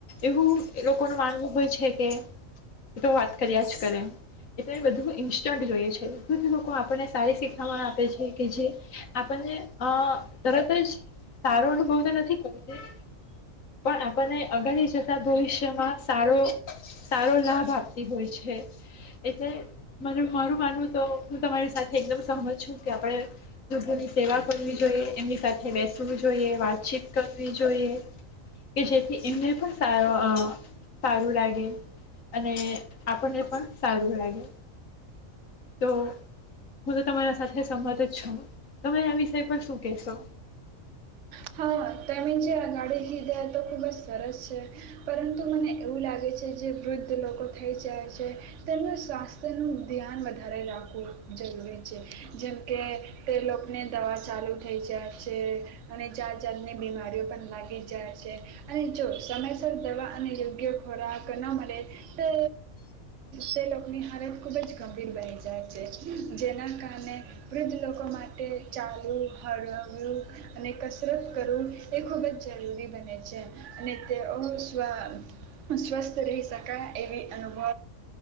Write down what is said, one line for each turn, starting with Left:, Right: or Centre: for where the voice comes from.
Left: એવું લોકોનું માનવું હોય છે કે તો વાત કર્યા જ કરે એટલે બધું ઇન્સ્ટન્ટ જોઈએ છે બધું લોકો આપણને સારી શીખણ આપે છે કે જે આપણને તરત જ સારો અનુભવ તો નથી કતી. પણ આપણને અગળ જતા ભવિષ્યમાં સારો સારો લાભ આપતી હોય છે એટલે મને મારું માનવું તો હું તમારી સાથે એકદમ સહમત છું કે આપણે લોકોની સેવા કરવી જોઈએ એમની સાથે બેસવું જોઈએ વાતચીત કરવી જોઈએ. કે જેથી એમને પણ સારો સારું લાગે અને આપણને પણ સારું લાગે તો હું તો તમારા સાથે સંમત જ છું તમે આ વિષય પર શું કેહેશો.
Right: હા તમે જે અગાડી કીધે તો ખૂબ જ સરસ છે પરંતુ મને એવું લાગે છે જે વૃદ્ધ લોકો થઈ જાય છે તેમનું સ્વાસ્થ્યનું ધ્યાન વધારે રાખવું જરૂરી છે જેમ કે તે લોકોને દવા ચાલુ થઈ જાય છે અને જાયાં જાત અને બીમારીઓ પણ લાગી જાય છે અને જો સમયસર દવા અને યોગ્ય ખોરાક ન મળે તે તે લોકોની હરત ખૂબ જ ગંભીર બની જાય છે જેના કારણે વૃદ્ધ લોકો માટે ચાલુ હળવું અને કસરત કરવું એ ખૂબ જ જરૂરી બને છે અને તેઓ સ્વ સ્વસ્થ રહી શકાય એવી અનુભવ